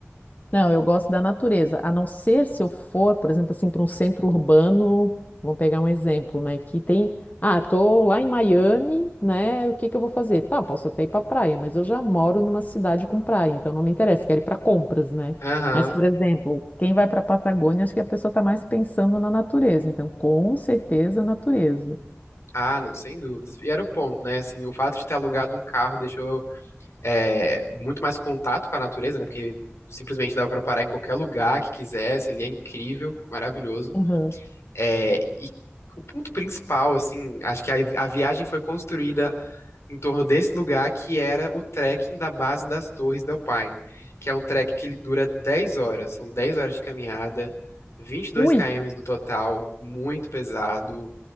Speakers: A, on the left; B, on the left.
A: Não, eu gosto da natureza, a não ser se eu for, por exemplo, assim, para um centro urbano, vamos pegar um exemplo, né, que tem, ah, tô lá em Miami, né, o que que eu vou fazer? Tá, posso até ir para praia, mas eu já moro numa cidade com praia, então não me interessa, quero ir para compras, né?
B: Aham.
A: Mas, por exemplo, quem vai para a Patagônia, acho que a pessoa está mais pensando na natureza, então com certeza a natureza.
B: Ah, não, sem dúvidas. E era o ponto, né? Assim, o fato de ter alugado um carro deixou é, muito mais contato com a natureza, né? Porque simplesmente dava pra parar em qualquer lugar que quisesse, ele é incrível, maravilhoso.
A: Uhum.
B: É, e o ponto principal, assim, acho que a, a viagem foi construída em torno desse lugar que era o trekking da base das Torres del Paine, que é um trek que ele dura 10 horas, são 10 horas de caminhada, vinte e dois
A: Ui,
B: km no total, muito pesado.